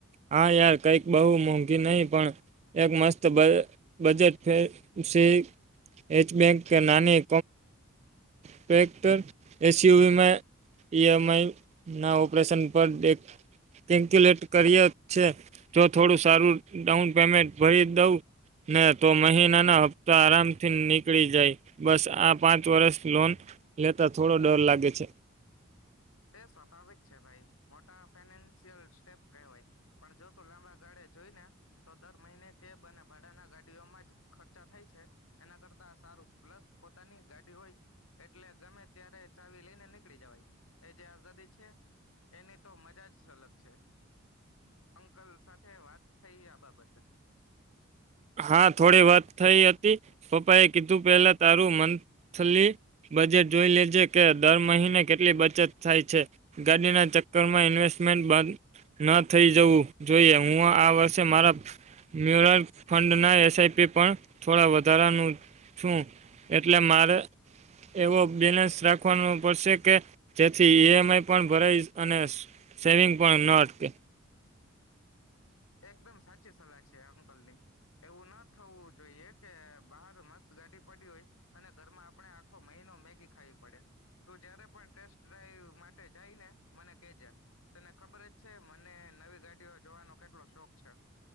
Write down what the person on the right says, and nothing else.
હા યાર. કંઈક બહુ મોંઘી નહીં, પણ એક મસ્ત બ બજેટ <unintelligible> બેંક નાની ટેક્ટર એસીીયવીમાં ઇ એમઆઈ ના ઓપરેશન પર એક કેલ્ક્યુલેટ કરીએ છે જો થોડું સારું ડાઉન પેમેન્ટ ભરી દઉં ને તો મહિનાના હપ્તા આરામથી નીકળી જાય બસ આ પાંચ વર્ષ લોન લેતા થોડો ડર લાગે છે
હા થોડી વાત થઈ હતી પપ્પાએ કીધું પહેલા તારું મંથલી બજેટ જોઈ લેજે કે દર મહિને કેટલી બચત થાય છે ગાડીના ચક્કરમાં ઇન્વેસ્ટમેન્ટ ન થઈ જવું જોઈએ હું આ વર્ષે મારા ન્યુયોર્ક ના એસઆઈપી પણ થોડા વધારાનું છું એટલે મારે એવો બેલેન્સ રાખવાનો પડશે કે જેથી ઈએમ આઈ પણ ભરાઈ અને સેવિંગ પણ ન અટકે